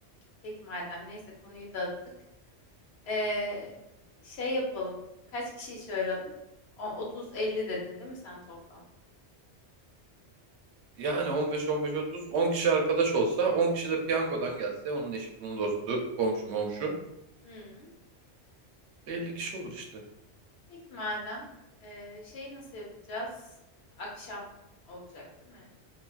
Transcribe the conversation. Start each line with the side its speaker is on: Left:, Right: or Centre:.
Left: Peki madem neyse konuyu dağıttık. Ee, şey yapalım. Kaç kişiyi çağıralım? O- 30-50 dedin değil mi sen toplam?
Right: Yani 15-15-30 10 kişi arkadaş olsa 10 kişi de piyangodan gelse onun eşi bunun dostu komşu momşu
Left: Hmm.
Right: 50 kişi olur işte.
Left: Peki madem ee, şey nasıl yapacağız? Akşam olacak değil mi?